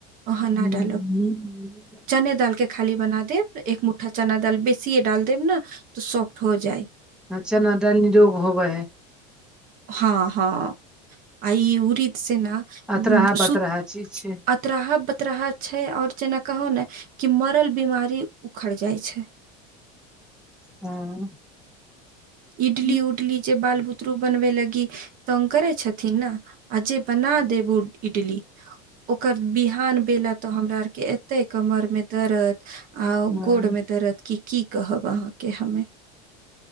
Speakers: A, on the right (about 45°); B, in the centre.
A: अहाँ नऽ
B: हूं
A: डालब चने दाल के खाली बना देब एक मुठ्ठा चना दाल बेस डाल देब ने तऽ सॉफ्ट हो जाइ
B: ओ चना दल निरोग होबे है
A: हँ हँ आइ उरीद से नऽ
B: अतराहा बतराहा
A: सु
B: चीज छै
A: बतराहा बतराहा छै और जेना कहो ने कि मरल बीमारी उखड़ जाइ छै
B: हँ
A: इडली
B: हँ
A: उडली जे बाल बुतरू बनबे लागी तंग करै छथिन ने आ जे बना देब इटली ओकर बिहान भेल तो हमरा आर के एते कमर में दरद आ
B: हँ
A: गोड़ में दरद क की कहब अहा के हम